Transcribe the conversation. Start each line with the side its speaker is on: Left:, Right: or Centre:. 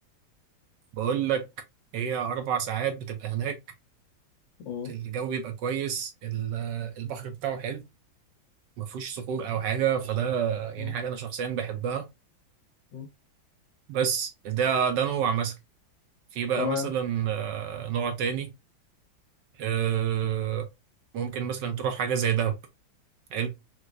Right: بقول لك هي أربع ساعات بتبقى هناك
Left: م-
Right: الجو بيبقى كويس ال- البحر بتاعه حلو ما فيهوش صخور أو حاجة فده يعني
Left: م-
Right: حاجة أنا شخصيا بحبها
Left: م.
Right: بس ده ده نوع مثلا في بقى
Left: تمام
Right: مثلا آه، نوع تاني آه، ممكن مثلا تروح حاجة زي دهب حلو